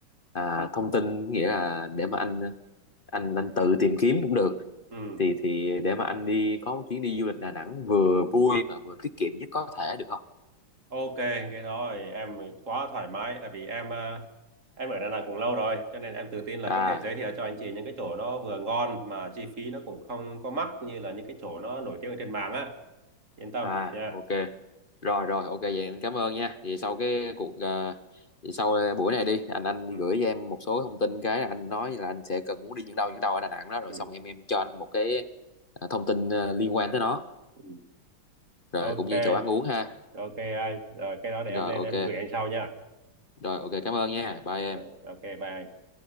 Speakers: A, on the left; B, on the right.
A: à, thông tin nghĩa là để mà anh anh anh tự tìm kiếm cũng được
B: Ừ.
A: thì thì để mà anh đi có một chuyến đi du lịch Đà Nẵng vừa vui mà vừa tiết kiệm nhất có thể được không
B: Ok, cái đó thì em quá thoải mái tại vì em ờ, em ở Đà Nẵng cũng lâu rồi cho nên em tự tin là
A: à
B: có thể giới thiệu cho anh chị những cái chỗ nó vừa ngon mà chi phí nó cũng không có mắc như là những cái chỗ nó nổi tiếng ở trên mạng á. Yên tâm
A: à
B: nha.
A: ok rồi rồi ok vậy anh cảm ơn nha Vậy sau cái cuộc ờ, thì sau ờ, buổi này đi anh anh
B: Ừ.
A: gửi cho em một số thông tin cái anh nói là anh sẽ cần muốn đi những đâu những đâu ở Đà Nẵng đó rồi
B: Ừ.
A: xong em em cho anh một cái ờ, thông tin ờ, liên quan tới nó
B: Ừ.
A: rồi
B: Ok,
A: cũng như chỗ ăn uống ha
B: ok anh. Rồi cái đó để
A: rồi
B: em lên
A: ok
B: em gửi anh sau nha.
A: rồi ok cảm ơn nha bye em
B: Ờ, Ok, bye anh.